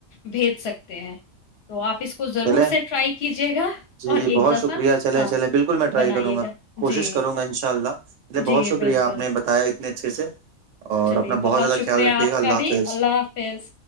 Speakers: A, on the left (about 55°); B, on the right (about 70°).
A: بھیج سکتے ہیں تو آپ اس کو ضرور
B: چلے
A: سے ٹرائی کیجیے گا
B: جی
A: اور
B: جی
A: ایک
B: بہت
A: دفعہ
B: شکریہ چلیں
A: ہاں
B: چلیں بالکل میں ٹرائی
A: بنائیے
B: کروں گا کوشش
A: جی
B: کروں گا ان شاء اللہلے
A: جی
B: بہت شکریہ
A: بالکل
B: آپ نے بتایا اتنے اچھے سے اور
A: چلیے
B: اپنا بہت زیادہ
A: شکریہ
B: خیال رکھیے
A: آپ
B: گا اللہ
A: کا بھی
B: حافظ
A: اللہ حافظ